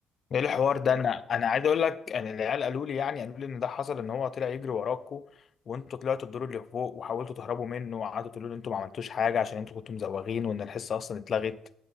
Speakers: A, on the right (about 75°); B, on the left (about 55°).
A: سمعت
B: ايه الحوار
A: عن الموضوع
B: ده انا
A: ده
B: انا عايز اقول لك ان العيال قالوا لي يعني قالوا لي ان ده حصل ان هو طلع يجري وراكوا وانتوا طلعتوا الدور اللي فوق وحاولتوا تهربوا منه وقعدتوا تقولوا ان انتوا ما عملتوش حاجه عشان انتوا كنتوا مزوغين وان الحصه اصلا اتلغت